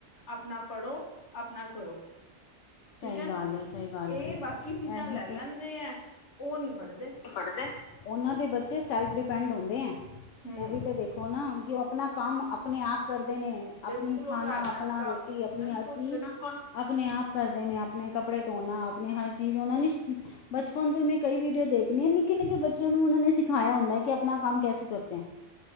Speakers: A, on the left; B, on the left.
A: ਆਪਣਾ ਪੜ੍ਹੋ ਆਪਣਾ ਕਰੋ। ਠੀਕ
B: ਸਹੀ
A: ਹੈ
B: ਗੱਲ
A: ਨਾ।
B: ਸਹੀ ਗੱਲ
A: ਇਹ
B: ਜੀ
A: ਬਾਕੀ ਚੀਜ਼ਾਂ
B: ਇਹੀ
A: ਲੈ ਲੈਂਦੇ ਐ, ਉਹ ਨੀ ਫੜਦੇ
B: ਫੜਦੇ, ਉਹਨਾਂ ਦੇ ਬੱਚੇ ਸੈਲਫ ਡਿਪੈਂਡ ਹੁੰਦੇ ਐ।
A: ਹੂੰ
B: ਉਹ ਵੀ ਤਾਂ ਦੇਖੋ ਨਾ ਕਿ ਉਹ ਆਪਣਾ ਕੰਮ ਆਪਣੇ ਆਪ ਕਰਦੇ ਨੇ
A: ਬਿਲਕੁਲ
B: ਆਪਣੀ ਖਾਣਾ
A: ਉਹ ਘਰ
B: ਆਪਣਾ
A: ਦਾ ਕੰਮ
B: ਰੋ -ਟੀ, ਆਪਣੀ
A: ਬਿਲਕੁਲ
B: ਹਰ ਚੀਜ਼ ਬਿਲਕੁਲ ਆਪ ਆਪਣੇ ਆਪ ਕਰਦੇ ਨੇ ਆਪਣੇ ਕੱਪੜੇ ਧੋਣਾ ਆਪਣੇ ਹਰ ਚੀਜ਼ ਹੋਣਾ ਨ ਬਚਪਨ ਤੋਂ ਮੈਂ ਕਈ ਵੀਡੀਓ ਦੇਖਣੀ ਆ ਨਿੱਕੇ- ਨਿੱਕੇ ਬੱਚਿਆਂ ਨੂੰ ਉਹਨਾਂ ਨੇ ਸਿਖਾਇਆ ਹੁੰਦਾ ਕਿ ਆਪਣਾ ਕੰਮ ਕੈਸੇ ਕਰਤੇ ਹੈ।